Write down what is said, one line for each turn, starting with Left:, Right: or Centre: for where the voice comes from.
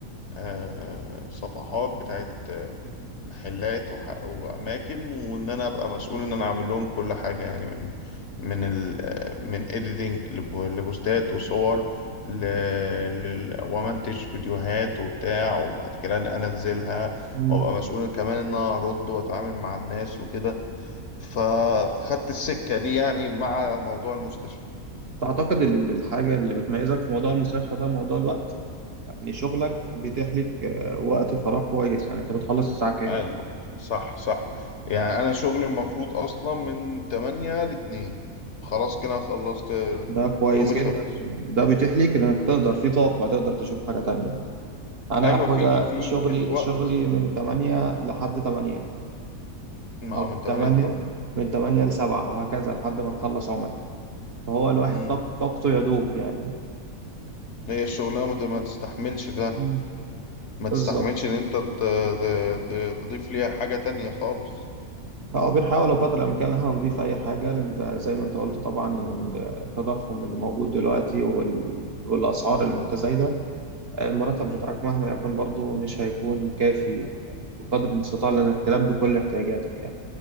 Left: آه، صفحات بتاعت محلات وح... واماكن وان انا ابقى مسؤول ان انا اعمل لهم كل حاجه يعني من من ال... من اديتنج لبوستات وصور ل...
Right: مم.
Left: لل... ومنتج فيديوهات وبتاع وبعد كده انا انزلها
Right: مم.
Left: وابقى مسؤول كمان ان انا ارد واتعامل مع الناس وكده فخدت السكه دي يعني مع موضوع المستشفى
Right: تعتقد ال- ال- الحاجة اللي بتميزك في موضوع المستشفى ده موضوع الوقت يعني شغلك بيتيح لك آه، وقت فراغ كويس يعني أنت بتخلص الساعة كام
Left: قال- صح صح يعني انا شغلي المفروض اصلا من 8 ل 2 خلاص كده خلصت
Right: ده كويس
Left: يومي
Right: جدا
Left: خلص
Right: ده بيتيح لك إنك تقدر في طاقة تقدر تشوف حاجة تانية أنا
Left: ايوه
Right: حودة
Left: في في
Right: شغلي
Left: ك- وقت
Right: شغلي من 8 لحد 8
Left: من اه
Right: أو
Left: من
Right: من
Left: 8
Right: 8
Left: ل 8
Right: من 8 ل 7 وهكذا لحد ما نخلص عمل فهو الواحد
Left: امم
Right: طاق- طاقته يدوب يعني
Left: هي الشغلانه ما ت- ما تستحملش فعلا
Right: مم.
Left: ما تستحملش
Right: بالظبط
Left: ان انت ت- ت- ت- تضيف ليها حاجه تانية خالص
Right: اه بنحاول قدر الامكان ان احنا نضيف اي حاجه لان إنت زي ما انت قلت طبعا التضخم اللي موجود دلوقتي وال... والاسعار المتزايده المرتب
Left: مم.
Right: بتاعك مهما يكن برضه مش هيكون كافي بقدر المستطاع لانك تلبي كل احتياجاتك يعني